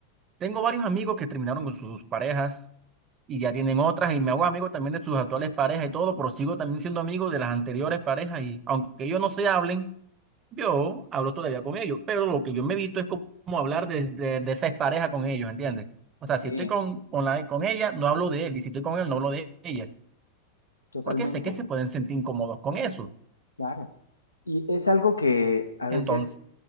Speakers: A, on the right; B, on the left.
A: Tengo varios amigos que terminaron con sus parejas y ya tienen otras y me hago amigo también de sus actuales parejas y todo, pero sigo también siendo amigo de las anteriores parejas y aunque ellos no se hablen, yo hablo todavía con ellos, pero lo que yo me evito es como hablar de, de, de esa expareja con ellos, ¿entiendes? O sea,
B: sí,
A: si estoy con, con, la, con ella, no hablo de él y si estoy con él, no hablo de ella,
B: totalmente,
A: porque sé que se pueden sentir incómodos con eso.
B: claro. Y es algo que a
A: Entonces...
B: veces,